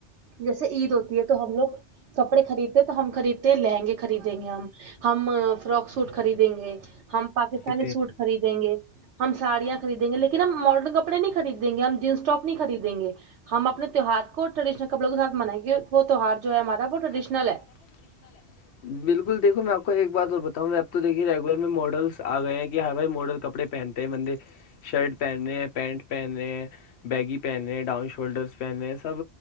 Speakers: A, on the right; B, on the left.
A: جیسے عید ہوتی ہے تو ہم لوگ کپڑے خریدتے ہیں تو ہم خریدتے ہیں لہنگے خریدیں گے ہم ہم فرواک سوٹ خریدیں گے ہم پاکستانی
B: تیزی
A: سوٹ خریدیں گے ہم ساڑیاں خریدیں گے لیکن ہم ماڈرن کپڑے نہیں خریدیں گے ہم جینس ٹپ نہیں خریدیں گے ہم اپنے تہوہار کو ٹریڈشنل کپڑوں کے ساتھ منائیںے وہ تہوار جو ہے ہمارا وہ ٹریڈیشنل
B: تہوار
A: ہے
B: <unintelligible> بالکل دیکھو میں آپ کو ایک بات اور بتاؤں میں آپ تو دیکے ریگولر میں ماڈلس آ گئے ہیں کہ ہر بھائی ماڈل کپڑے پینتے بند شرٹ پہننے ہیں پینٹ پہنے ہیں بیگی پہنے ہیں ڈاؤن شولڈرس پہنے ہیں سب